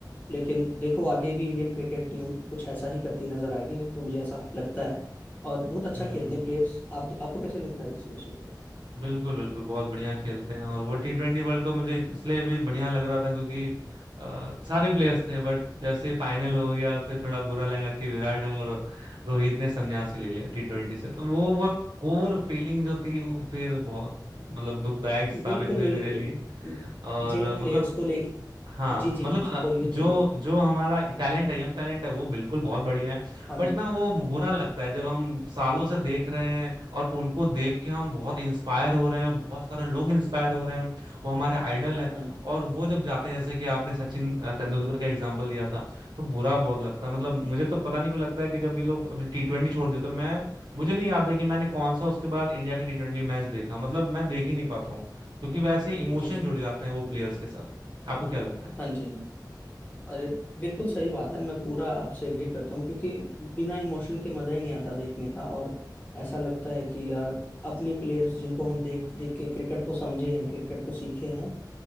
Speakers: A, on the left; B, on the right.
A: लेकिन देखो आगे भी इंडियन क्रिकेट टीम कुछ ऐसा ही करती नजर आएगी तो मुझे ऐसा लगता है और बहुत अच्छा
B: हम्म
A: खेलते हैं प्लेयर्स आप आपको कैसे लगता है इस विषय पे
B: बिल्कुल बिल्कुल बहुत बढ़िया खेलते हैं और वो टी ट्वेंटी वर्ल्ड कप मुझे इसलिए भी बढ़िया लग रहा था क्योंकि अ, सारे प्लेयर्स थे बट जैसे फाइनल हो गया फिर थोड़ा बुरा लगा कि विराट और रोहित ने संन्यासी ले लिया टी ट्वेंटी से तो वो बहुत कोर फीलिंग जो थी वो फिर बहुत मतलब दुखदायक साबित
A: बिल्कुल
B: हुई
A: बिल्कुल
B: मेरे लिए और
A: जिन प्लेयर्स
B: मतलब
A: को लेके
B: हाँ
A: जी जी
B: मतलब
A: जी जी
B: अ,
A: बोलिए
B: जो
A: बोलिए
B: जो हमारा टैलेंट है यंग टैलेंट है वो बिल्कुल बहुत बढ़िया है
A: हाँ
B: बट
A: जी
B: ना वो
A: हाँ जी
B: बुरा लगता है जब हम सालों से देख रहे हैं और उनको देख के हम बहुत इंस्पायर हो रहे हैं बहुत सारे लोग इंस्पायर हो रहे हैं वो हमारे आइडल हैं
A: हाँ जी
B: और वो जब जाते हैं जैसे कि आपने सचिन अ, तेंदुलकर का एग्जाम्पल दिया था तो बुरा बहुत लगता है मतलब मुझे तो पता नहीं क्यों लगता है कि जब ये लोग अभी टी ट्वेंटी छोड़ दिए तो मैं मुझे नहीं याद है कि मैंने कौन सा उसके बाद इंडिया का टी ट्वेंटी मैच देखा मतलब मैं देख ही नहीं पाता हूँ क्योंकि वैसे इमोशन
A: जी जी,
B: जुड़ जाते हैं वो प्लेयर्स के साथ आपको क्या लगता है
A: हाँ जी हाँ जी अरे बिल्कुल सही बात है मैं पूरा आपसे एग्री करता हूँ क्योंकि बिना इमोशन के मजा ही नहीं आता देखने का और ऐसा लगता है कि यार अपने प्लेयर्स जिनको हम देख देख के क्रिकेट को समझे हैं क्रिकेट को सीखे हैं